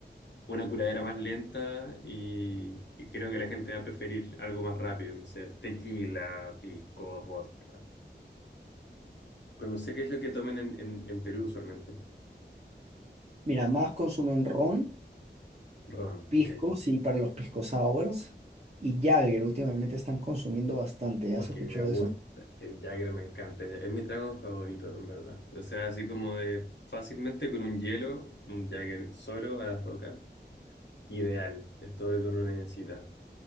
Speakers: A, on the left; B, on the right.
A: una curadera más lenta y, y creo que la gente va a preferir algo más rápido, no sé, tequila, pisco, vodka. Bueno, No sé qué es lo que tomen en, en, en Perú usualmente.
B: Mira, más consumen ron,
A: Ron,
B: pisco,
A: ok.
B: sí, para los pisco sours, y Jagger, últimamente están consumiendo bastante,
A: Ok,
B: ¿has escuchado
A: me gusta.
B: de eso?
A: El Jagger me encanta. Es mi trago favorito, en verdad. O sea, así como de fácilmente con un hielo, un Jagger solo a la roca. Ideal. Es todo lo que uno necesita.